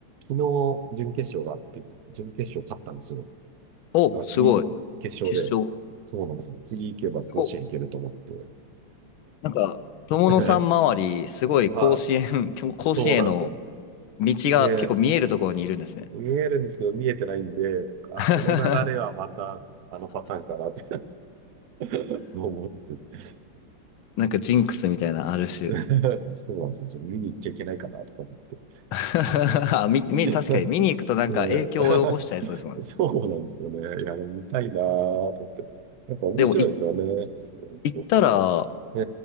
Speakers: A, on the right (about 60°); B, on the left (about 90°).
A: 昨日準決勝があって、準決勝勝ったんですよ。
B: お、
A: だから次、
B: すごい。
A: 決勝で、
B: 決勝。
A: そうなんですよ。次行けば甲子園行けると思って。
B: すごい。なんか、友野さん周り、
A: <laughs>
B: すごい甲子園、
A: はい。
B: <laughs> 甲子園への
A: そうなんですよ。
B: 道が結構見えるところにいるんですね。
A: で、見えるんですけど、見えてないんで、あ、
B: <laughs>
A: この流れはまた、あのパターンかなって <laughs> 思って。
B: なんかジンクスみたいな、ある種。
A: <laughs> そうなんですよ。ちょっと見に行っちゃいけないかなとか思って。
B: <laughs> あみ、
A: <laughs>
B: み、
A: で
B: 確かに見に行くとなんか影響を及ぼしちゃいそうですもんね。
A: <laughs> そうなんですよね。いや、でも見たいなと思って。やっぱ面白いですよね。
B: でも、い、
A: そうそうこれ
B: 行ったら
A: え